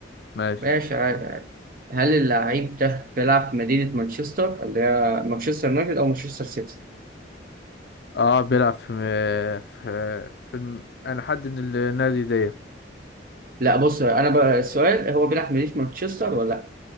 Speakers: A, on the left; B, on the right.
A: ماشي
B: ماشي عادي عادي هل اللعيب ده بيلعب في مدينة مانشستر اللي هي مانشستر يونايتد أو مانشستر سيتي
A: اه بيلعب في آه، في, آه، في الم- انا حد من النادي دي
B: لا بص أنا بقى السؤال هو بيلعب في مدينة مانشستر ولا لا